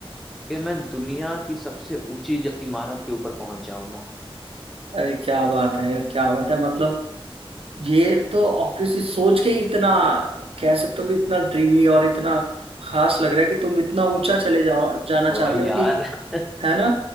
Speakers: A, in the centre; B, on the right.
A: के मैं दुनिया की सबसे ऊंची ज- इमारत के ऊपर पहुंच जाऊंगा
B: अरे क्या बात है क्या बात है मतलब ये तो ऑब्वियसली सोच के ही इतना कह सकते हो कि इतना ड्रीमी और इतना खास लग रहा है कि तुम इतना ऊंचा चले जाओ जाना
A: वही
B: चाहते हो
A: यार
B: कि
A: <laughs>
B: है ना